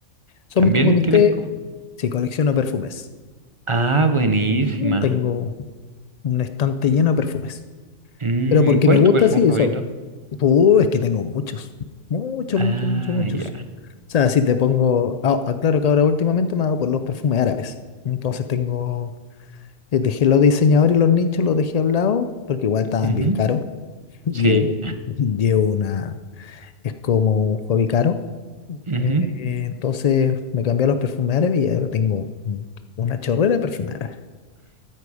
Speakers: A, on the left; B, on the right.
A: Son
B: También
A: mis- como mis
B: tienes
A: tres.
B: como...
A: Sí, colecciono perfumes.
B: Ah, buenísima.
A: Uh, Tengo Un estante lleno de perfumes.
B: Mm,
A: Pero porque
B: ¿cuál
A: me gusta,
B: es tu perfume
A: sí,
B: favorito?
A: o sea, uh, es que tengo muchos. Muchos,
B: Ah,
A: muchos, muchos, muchos.
B: ya.
A: O sea, si te pongo. Ah, ah, claro que ahora últimamente me ha dado por los perfumes árabes. Entonces tengo. eh, Dejé los diseñadores y los nichos, los dejé a un lado, porque igual estaban
B: Ujú,
A: bien caros. Llevo,
B: Sí.
A: <laughs> llevo una. Es como un hobby caro.
B: ujú.
A: Eh, entonces me cambié a los perfumes árabes y ahora tengo un- una chorrera de perfumes árabes.